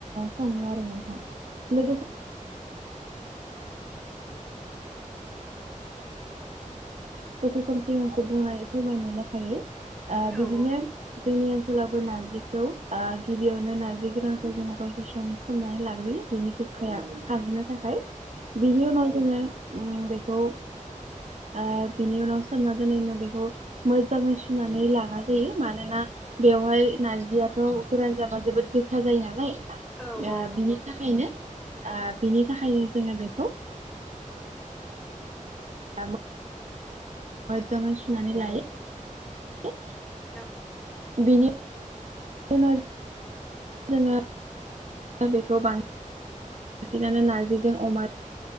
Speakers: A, on the right (about 60°); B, in the centre.
A: सङो आरो नोंथां <unintelligible> एसे होसे समसिसो बुंनाय फोरमायनाय लेखायै ओ
B: औ
A: बिदिनो जोंनि ओनसोलावबो नारजिखौ ओ गिबियावनो नारजि गोरानखौ जोङो दसेे सम सोमनानै लाग्रोयो बिनि गोखाया खारहोनो थाखाय। बिनि उनाव ओम जोङो बेखौ ओ बिनि उनाव सोमना दोनैनो बेखौ मोजाङै सुनानै लानाय जायो मानोना बेवहाय नारजियाथ' गोरान जाबा जोबोद गोखा जायो नालाय
B: औ
A: आ
B: औ नंगौ
A: बिनि
B: नोंथां
A: थाखायनो आ बिनि थाखायनो जोङो बेखौ <inaudible> मोजाङै सुनानै लायो <inaudible>
B: औ
A: बेनि उनाव जोङो दा बेखौ बांसिनानो नार्जिजों अमा